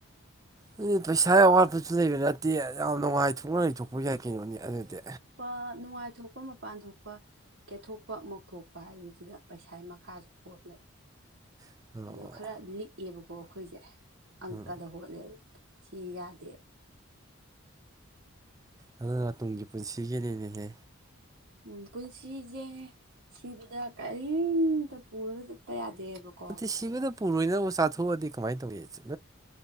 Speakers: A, on the right; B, on the right.
A: ꯑꯗꯨꯗꯤ ꯄꯩꯁꯥꯒꯤ ꯑꯋꯥꯠꯄꯁꯨ ꯂꯩꯕ ꯅꯠꯇꯦ ꯌꯥꯝ ꯅꯨꯡꯉꯥꯏꯊꯣꯛꯅ ꯂꯩꯊꯣꯛꯄ ꯌꯥꯏ ꯀꯩꯅꯣꯅꯤ ꯑꯗꯨꯗꯤ
B: ꯐ ꯅꯨꯡꯉꯥꯏꯊꯣꯛꯄ ꯃꯄꯥꯟ ꯊꯣꯛꯄ ꯀꯦꯠꯊꯣꯛꯄ ꯃꯧꯊꯣꯛꯄ ꯍꯥꯏꯕꯁꯤꯗ ꯄꯩꯁꯥꯒꯤ ꯃꯈꯥꯁꯨ ꯄꯣꯂ
A: ꯑꯣ
B: ꯑꯗꯣ ꯈꯔ ꯂꯤꯛꯑꯦꯕꯀꯣ ꯑꯩꯈꯣꯏꯁꯦ ꯑꯪꯀꯗ
A: ꯎꯝ
B: ꯍꯣꯠꯂꯦꯕ ꯁꯤ ꯌꯥꯗꯦꯕ
A: ꯎ ꯑꯗꯨꯅ ꯇꯨꯡꯒꯤ ꯄꯨꯟꯁꯤꯒꯤꯅꯦꯅꯦꯍꯦ
B: ꯎ ꯄꯨꯟꯁꯤꯖꯦ ꯁꯤꯕꯗ ꯀꯔꯤꯝꯇ ꯄꯨꯔꯒ ꯆꯠꯄ ꯌꯥꯗꯦꯕꯀꯣ
A: ꯑ ꯁꯤꯕꯗ ꯄꯨꯔꯣꯏꯅꯕ ꯆꯥꯊꯣꯛꯑꯗꯤ ꯀꯃꯥꯏꯅ ꯇꯧꯋ